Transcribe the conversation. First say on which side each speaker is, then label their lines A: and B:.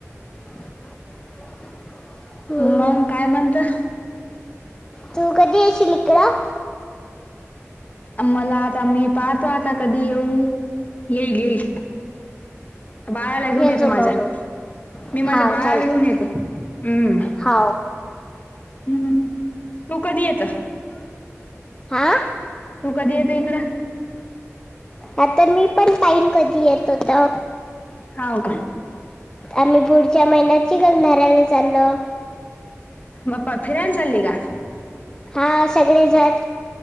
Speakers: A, on the left (about 15°); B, on the left (about 35°).
A: <inaudible> हम्म.
B: मंग काय म्हणतं?
A: तू कधी येशील इकडं?
B: अ मला आता मी पाहतो आता कधी येऊ? येईल येईल. बाळाला घेऊन
A: ये
B: येतो
A: जमवलो
B: माझ्या. मी माझ्या
A: हा
B: बाळाला
A: चालते
B: घेऊन येतो, हम्म.
A: हाव
B: हम्म. तू कधी येत?
A: हाव
B: तू कधी येतं इकडं?
A: आता मी पण पाईन कधी येतो त.
B: हाव का?
A: आम्ही पुढच्या महिन्यात चिखलधाराला चालो.
B: म पा फिरायला चाली का?
A: हा सगळे झत